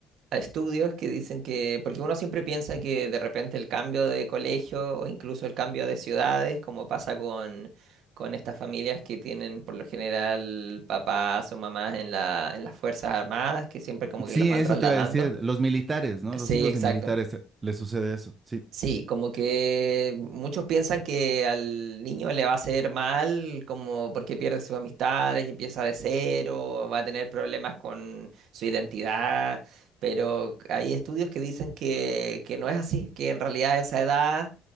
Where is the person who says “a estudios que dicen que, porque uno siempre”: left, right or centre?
Right